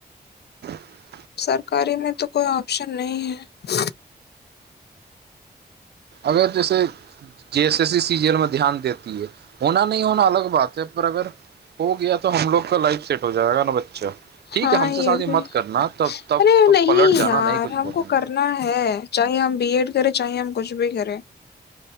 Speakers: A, on the right (about 75°); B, on the left (about 75°).
A: <inaudible>
B: सरकारी में तो कोई आऑप्शन न है
A: अगर जैसे जस एस ईी सीजल मे ध्यान देती है होना नहि होना अलग बात है पर अगर हो गया त हमलोग का लाइफ सेट हो जाएगा न बच्चा ठीक
B: हँ
A: है हमसे
B: य
A: शादी
B: भी
A: मत करना तब तब
B: अरे
A: तब
B: नह
A: पलट जाना
B: यार
A: नहीं कुछ
B: हमको
A: बोलेंगे
B: करना है चाहे हम बी एड करै चाहे हम कुछु भी करै